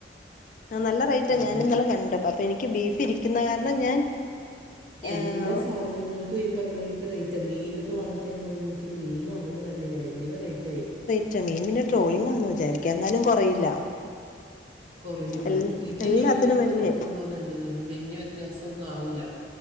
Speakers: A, on the left; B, on the right.
A: ആ നല്ല റേറ്റാ
B: പിന്നെ
A: ഞാൻ ഇന്നലെ കണ്ട് അപ്പൊ എനിക്ക് ബീഫ് ഇരിക്കുന്ന കാരണം ഞാൻ
B: എല്ലാ
A: ഏഹ്
B: സാധനങ്ങൾക്കും ഈ പറഞ്ഞ പോലെ ഇപ്പൊ റേറ്റ മീനൊക്കെ വാങ്ങിക്കാൻ പോയി നോക്കിയെ മീനും അങ്ങനെ തന്നെയാ ഭയങ്കര റേറ്റ് ആയി
A: <unintelligible> മീൻന് ട്രോളിങ്ങാന്ന് വിചാരിക്കാ എന്നാലും കൊറയില്ല
B: കൊറയൂല്ല
A: എൽ
B: ഇതിനി
A: എല്ലാത്തിനും
B: ഇങ്ങനെ തന്നെ
A: വെലയായി
B: നിൽക്കയുള്ളൂന്ന് എനിക്ക് തോന്നുന്നു വല്ല്യ വ്യത്യാസംന്നും ആവൂല്ല